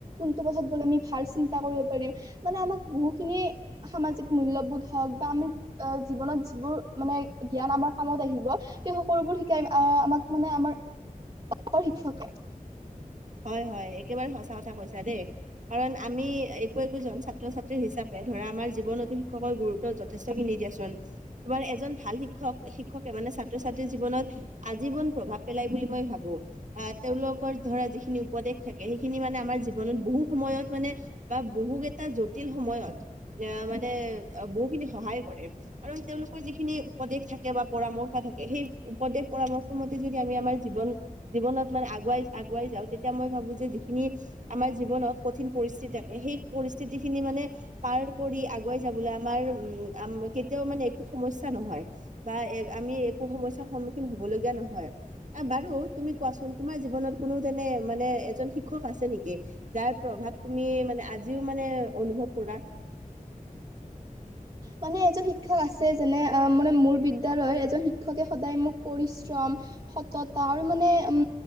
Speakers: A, on the right; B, on the right.
A: টো পথত গ'লে আমি ভাল চিন্তা কৰিব পাৰিম, মানে আমাক বহুত খিনি সামাজিক মূল্যবোধ হওক বা জীৱনত যিবোৰ মানে জ্ঞান আমাৰ কামত আহিব, সেই সকলোবোৰ শিকাই আ আমাক মানে আমাৰ, অকল শিক্ষকে
B: হয় হয় একেবাৰে সঁচা কথা কৈছা দে, কাৰণ আমি একো একোজন ছাত্ৰ-ছাত্ৰী হিচাপে ধৰা আমাৰ জীৱনতো শিক্ষকৰ গুৰুত্ব যথেষ্ট খিনি দিয়াচোন, তোমাৰ এজন ভাল শিক্ষক শিক্ষকে মানে ছাত্ৰ-ছাত্ৰীৰ জীৱনত, আজীৱন প্ৰভাৱ পেলাই বুলি মই ভাবো, আহ তেওঁলোকৰ ধৰা যিখি খিনি উপদেশ থাকে, সেইখিনি মানে আমাৰ জীৱনত বহু সময়ত মানে, বা বহুকেইটা জটিল সময়ত এ মানে, বহুখিনি সহায়ও কৰে, কাৰণ তেওঁলোকৰ যিখিনি উপদেশ থাকে বা পৰামৰ থাকে সেই উপদেশ পৰামৰ্শ মতে যদি আমি আমাৰ জীৱন, জীৱনত মানে আগুৱাই-আগুৱাই যাওঁ তেতিয়া মই ভাবো যে যিখিনি, আমাৰ জীৱনত কঠিন পৰিস্থিতি থাকে, সেই পৰিস্থিতি খিনি মানে পাৰ কৰি আগুৱাই যাবলৈ আমাৰ উম, কেতিয়াও মানে একো সমস্যা নহয়, বা এ আমি <unintelligible> একো সমস্যাৰ সন্মুখীন হ'ব লগীয়া নহয়, বাৰু তুমি কোৱাচোন তোমাৰ জীৱনত কোনো তেনে মানে এজন শিক্ষক আছে নেকি, যাৰ প্ৰভাৱ তুমি মানে আজিও মানে অনুভৱ কৰা। <inaudible>
A: মানে এজন শিক্ষক আছে, যোনে অ, মানে মোৰ বিদ্যলয়ৰ এজন শিক্ষকে সদায় মোক পৰিশ্ৰম সততা, আৰু মানে উম